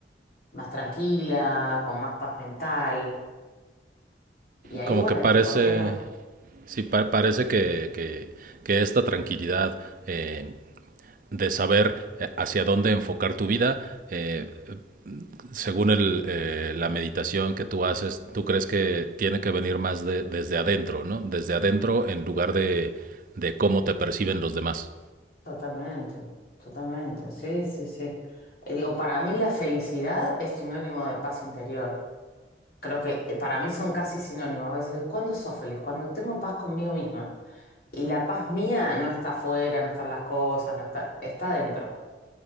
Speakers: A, on the left; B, on the right.
A: más tranquila, con más paz mental. Y ahí,
B: Como
A: bueno,
B: que parece,
A: dije, ¿por qué no?
B: sí, pa- parece que, que- que esta tranquilidad eh, de saber eh, hacia dónde enfocar tu vida, eh, según el, eh, la meditación que tú haces, tú crees que tiene que venir más de- desde adentro, ¿no? Desde adentro en lugar de, de cómo te perciben los demás.
A: Totalmente, totalmente, sí, sí, sí. Eh, digo, para mí la felicidad es sinónimo de paz interior. Creo que eh, para mí son casi sinónimos. Vos decís, ¿cuándo sos feliz? Cuando tengo paz conmigo misma. Y la paz mía no está afuera, no están las cosas, no está, está dentro.